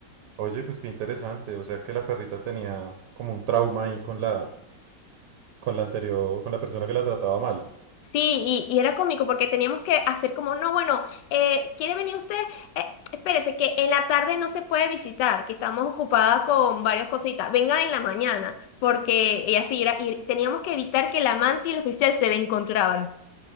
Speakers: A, on the right; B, on the left.
A: Oye, pues qué interesante. O sea que la perrita tenía como un trauma ahí con la, con la anterior, con la persona que la trataba mal.
B: Sí, y, y era cómico porque teníamos que hacer como, no, bueno, eh, ¿quiere venir usted? Eh, espérese, que en la tarde no se puede visitar, que estamos ocupadas con varias cositas. Venga en la mañana, porque y así era, y teníamos que evitar que la amante y el oficial se le encontraban.